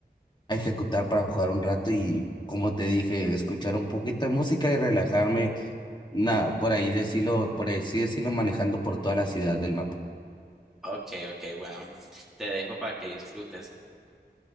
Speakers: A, on the left (about 25°); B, in the centre.
A: a ejecutar para jugar un rato y, como te dije, escuchar un poquito de música y relajarme, nada, por ahí decirlo, por así decirlo, manejando por toda la ciudad del mapa.
B: Ok, ok, bueno, te dejo para que disfrutes.